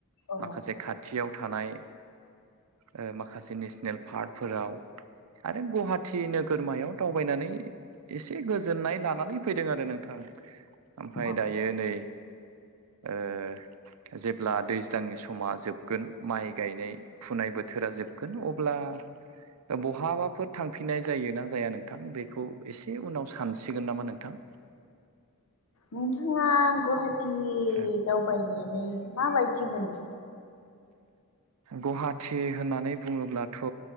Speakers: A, on the left; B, on the right.
A: अ
B: माखासे खा थियाव थानाय ओ माखासे नेसनेल पार्कफोराव आरो गुवाहाटि नोगोरमायाव दावबायनानै एसे गोजोननाय लानानै फैदों आरो नोंथां। ओमफ्राय
A: अ
B: दायो नै ओ जेब्ला दैज्लांनि समा जोबगोन माइ गायनाय फुनाय बोथोरा जोबगोन अब्ला
A: <inaudible>
B: बहाबाफोर थांफिननाय जायो ना जाया नोंथां बेखौ एसे उनाव सानसिगोन नामा नोंथां।
A: नोंथाङा गुवाहाटी
B: ओ
A: दाव बायनानै माबायदि मोनदों?
B: गुवाहाटि होननानै बुङोब्लाथ'